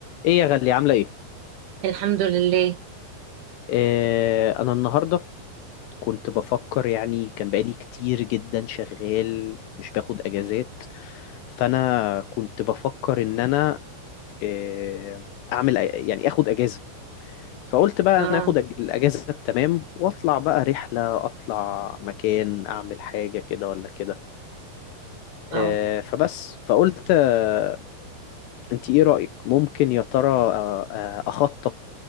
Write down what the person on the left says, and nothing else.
ايه يا غالية عاملة ايه؟
آه انا النهاردة كنت بفكر يعني كان بقالي كتير جدا شغال مش باخد اجازات فانا كنت بفكر ان انا آه اعمل أ- يعني اخد اجازة فقلت بقى
انا اخد أج- الاجازة التمام واطلع بقى رحلة اطلع مكان اعمل حاجة كده ولا كده
آه فبس فقلت آه انت ايه رأيك؟ ممكن يا ترى آه آه، اخطط